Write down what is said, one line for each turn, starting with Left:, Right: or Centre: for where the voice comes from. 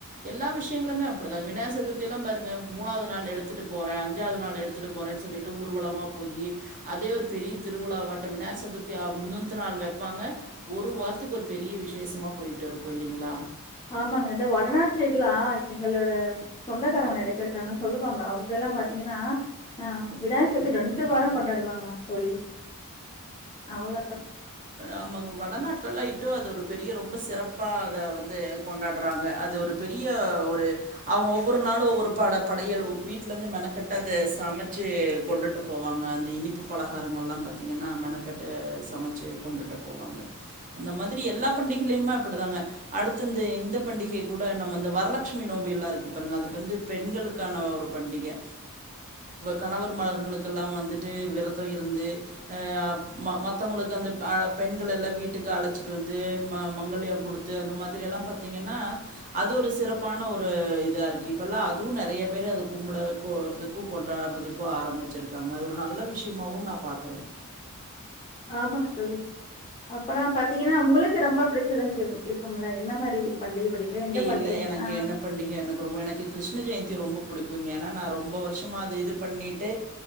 Right: எல்லா விஷயங்களுமே அப்படிதா விநாய சதுர்த்திலா பாருங்க மூணாவது நாள் எடுத்துட்டு போறே அஞ்சாவது நாள் எடுத்துட்டு போறேன்னு சொல்லிட் ஊர்வலமா போயீ அதே ஒரு பெரிய திருவிழா வாட்டே விநாயக சதுர்த்தி முன்னத்த நாள் வைப்பாங்க ஒரு வாரத்துக்கு ஒரு பெரிய விசேஷமா போயிட்டு இருக்கூ இல்லிங்ளா
Left: ஆமாங்க இந்த வடநாடு சைடு்லாம் எங்களோட சொந்தக்காரன் நெறைய பேர் இருக்காங்க சொல்லுவாங்க அவங்க எல்லாம் பாத்தீங்கன்னா அ விநாயக சத்து ரெண்டு வாரம் கொண்டாடுவாங்க தோழி அவ்ளோ
Right: ஆமாங் வடநாட்டுலல்லாம் இன்னும் அது ஒரு பெரிய ரொம்ப சிறப்பா அத வந்து கொண்டாடுறாங்க அது ஒரு பெரிய ஒரு அவங்க ஒவ்வொரு நாளும் ஒவ்வொரு பட படையல் வீட்ல இருந்து மெனக்கட்டு அதை சமைச்சு கொண்டுட்டு போவாங்க அந்த இனிப்பு பலகாரங்கள் எல்லாம் பாத்தீங்கன்னா மெனக்கட்டு சமைச்சு கொண்டுட்டு போவாங்க இந்த மாதிரி எல்லா பண்டிகையுமே அப்டிதாங்க அடுத்து இந்த பண்டிகை கூட நம்ம இந்த வரலட்சுமி நோம்புல்லாம் இருக்கு பாருங்க அதுக்குவந்து பெண்களுக்கான ஒரு பண்டிகை கணவர் மார்களுக்கெல்லாம் வந்துட்டு விரதம் இருந்து ஆ அம்மா மத்தவங்களுக்கு அந்த பெண்கள்ள எல்லாம் வீட்டுக்கு அழைச்சிட்டு வந்து ம மங்கல்யம் கொடுத்து அந்த மாதிரலாம் பாத்தீங்கன்னா அது ஒரு சிறப்பான ஒரு இதா இருக்கு இப்பல்லாம் அதுவும் நெறைய பேர் அதை கும்பிட கோதுக்கும் கொண்டாடுறதுக்கும் ஆரம்பிச்சிருக்காங்க அது ஒரு நல்ல விஷயமவும் நான் பாக்குறேன்
Left: ஆமாங்க தோழி அப்றோ பாத்தீங்கன்னா உங்களுக்கு ரொம்ப பிடிச்சதுன்னு இருக்கும்ல என்ன மாதிரி பண்டிகை படி எந்த பண்டிகை
Right: இல்லை எனக்கு
Left: ஆ
Right: என்ன பண்டிகை எனக்கு ரொம்ப எனக்கு கிருஷ்ண ஜெயந்தி ரொம்ப புடிக்கும்ங்க ஏன்னா நான் ரொம்ப வருஷமா அது இது பண்ணிட்டு